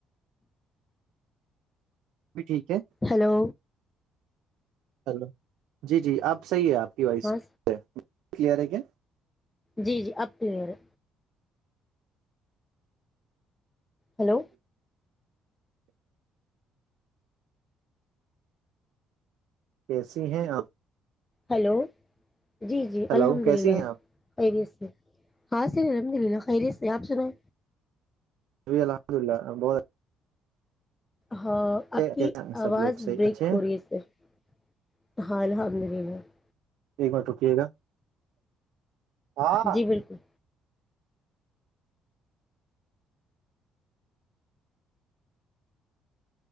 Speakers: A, on the right (about 75°); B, on the left (about 20°).
A: بھی ٹھیک ہے
B: ہیلو
A: ہیلو جی جی آپ صحیح ہے آپ کی وائس
B: ہاں
A: کلیئر ہے کیا
B: جی جی اب کلیئر ہے ہیلو
A: کیسی ہیں آپ
B: ہلو جی جی
A: ہلو
B: الحمد
A: کیسی
B: للہ
A: ہیں آپ
B: خیریت سے ہاں سر الحمد للہ خیریت سے آپ سناو
A: ابی الحمد اللہ ب
B: ہاں آپ کی
A: کیسے ہیں سب
B: آواز
A: لوگ صحیح
B: بریک
A: اچھے
B: ہو
A: ہیں
B: رہی ہے سر حال حال مے میں <inaudible>
A: ایک منٹ رکیے گا ہاں
B: جی بالکل